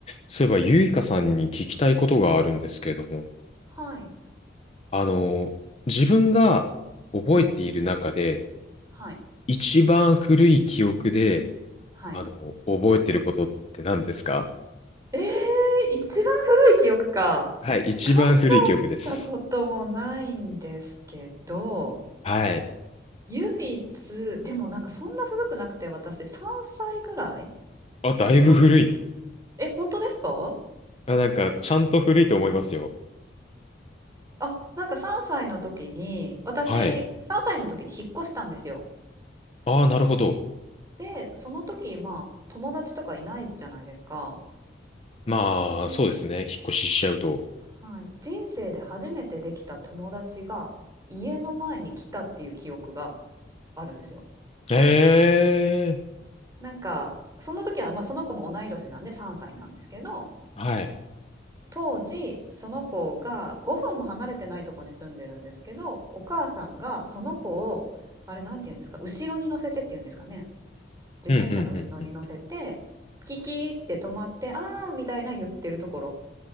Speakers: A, on the left; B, on the right.
A: そういえば、ゆいかさんに聞きたいことがあるんですけれども、
B: はい。
A: あの、自分が覚えている中で、
B: うんうん。はい。
A: 一番古い記憶で、
B: はい。
A: あの、覚えてることって何ですか
B: ええ、一番古い記憶か。
A: はい、一番古い記憶です。
B: 考えたこともないんですけど、
A: はい。
B: 唯一、でもなんかそんな古くなくて、私3歳ぐらい
A: あ、だいぶ古い。
B: の記憶。え、本当ですか？
A: あ、なんか、ちゃんと古いと思いますよ。
B: あ、なんか3歳の時に、私3歳の時に引っ越したんですよ。
A: はい。ああ、なるほど。
B: で、その時、まあ、友達とかいないじゃないですか。
A: まあ、
B: で
A: そうですね。引っ越ししちゃうと。
B: はい、人生で初めてできた友達が家の前に来たっていう記憶があるんですよ。
A: ええ
B: なんかその時は、まあ、その子も同い年なんで3歳なんですけど
A: はい。
B: 当時その子が5分も離れてないとこに住んでるんですけどお母さんがその子をあれなんて言うんですか後ろに乗せてっていうんですかね自転車の後ろに乗せてキキーって止まってあーみたいな言ってるところ
A: うん、うん、うん、うん。